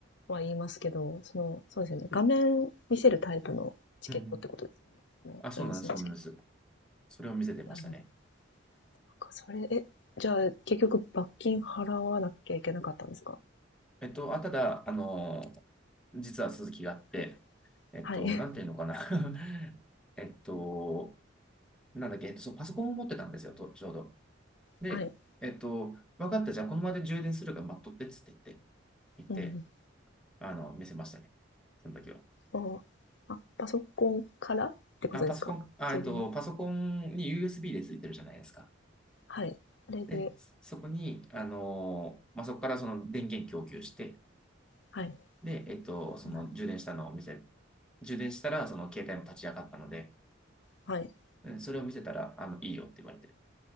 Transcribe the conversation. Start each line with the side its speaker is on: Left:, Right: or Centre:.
Left: は言いますけど、その、そうですよね。画面見せるタイプのチケットってことですよね。
Centre: うん。
Left: そのフランスのチケッ
Centre: あ、そうなんです、そうなんです。それを見せてましたね。
Left: ト。なるほど。なんかそれ、え、じゃあ、結局罰金払わなきゃいけなかったんですか
Centre: えっと、あ、ただ、あの、実は続きがあって、
Left: はい。
Centre: えっと、
Left: はい。
Centre: なんていうのかな <laughs> えっと、なんだっけ、えっと、そう、パソコンを持ってたんですよ、と、ちょうど。で、
Left: <laughs> はい。
Centre: えっと、分かった、じゃあこの場で充電するから待っとってっつって言って、言って、
Left: うんうん
Centre: あの、見せましたね。その時は。
Left: おあ、パソコンからってことですか充電
Centre: あ、パソコン、あ、えっと、パソコンに USB でついてるじゃないですか。
Left: はい。あれで、
Centre: で、そこに、あの、まあ、そこからその電源供給して、
Left: はい。
Centre: で、えっと、その充電したのを見せ、
Left: なる
Centre: 充電したら、その携帯も立ち上がったので、
Left: はい。
Centre: うんそれを見せたら、あの、いいよって言われて、い